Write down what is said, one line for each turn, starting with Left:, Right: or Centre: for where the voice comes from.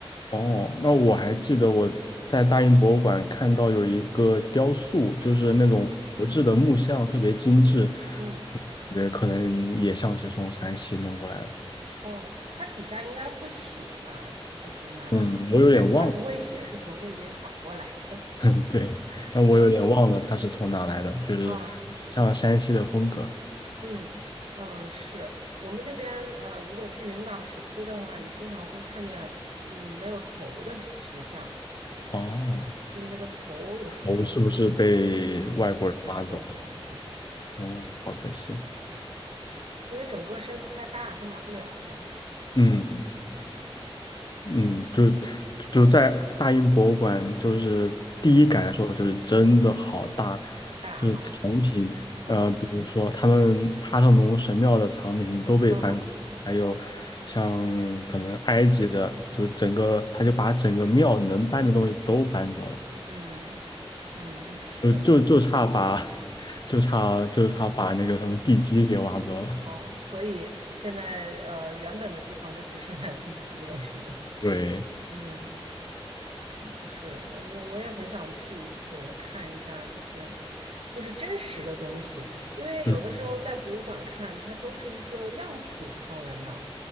Left: 哦，那我还记得我在大英博物馆看到有一个雕塑，就是那种佛制的木像，
Right: 嗯
Left: 特别精致，
Right: 嗯。
Left: 感觉可能也像是从山西弄过来的。
Right: 哦，它底下应该会写吧，是就是哪哪哪儿的，
Left: 嗯，我有点忘了，
Right: 但是它不会写是从那边抢过来的。
Left: <laughs> 对，
Right: <laughs>
Left: 但我有点忘了它是从哪来的，
Right: 对，
Left: 就是很像山西的风格。
Right: 啊、嗯嗯，是我们那边呃，如果去云冈石窟的话，你经常会看见嗯没有头的石像，
Left: 哦，
Right: 就那个头有可能
Left: 头是不是被外国人挖走了？
Right: 被拿走了。对，
Left: 哦，好可惜。
Right: 嗯，因为整个身子太大，他拿不了嘛，
Left: 嗯，嗯，就就在大英博物馆，就是第一感受就是真的好大，
Right: 好大哈。
Left: 就是藏品，
Right: 嗯
Left: 呃，比如说他们帕特农神庙的藏品都被搬空，
Right: 嗯
Left: 还有像可能埃及的，就整个他就把整个庙能搬的东西都搬走了，
Right: 嗯嗯，是
Left: 就就就差把 <laughs> 就差就差把那个什么地基给挖走了。
Right: 哦，所以现在呃原本的地方就只剩下地基了，是吗？
Left: 对，
Right: 嗯。嗯，是，嗯，我也很想去一次看一下，就是就是真实的东西，因为有的时候在博物馆看，
Left: 嗯
Right: 它都是一个样品放在那儿，